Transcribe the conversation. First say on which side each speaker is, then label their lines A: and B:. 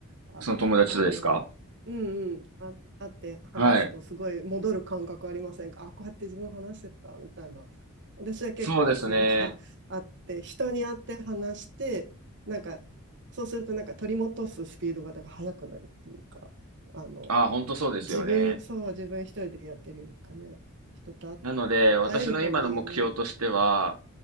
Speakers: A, on the right; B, on the right.
A: あ、
B: その友達とですか
A: あの、うんうん、あ、会って話すとすごい戻る感覚ありませんかあ、
B: はい。
A: こうやって自分話してたみたいな。私は結構そういうのが
B: そうですね。
A: <laughs> あって、人に会って話して、なんか、そうするとなんか取り戻すスピードがなんか速くなるっていうか、あの、
B: あ、本当そうですよね。
A: 自分、そう、自分一人でやってるよりかね、人と会
B: なので、私の今の目標としては、
A: 会える方がいいよね。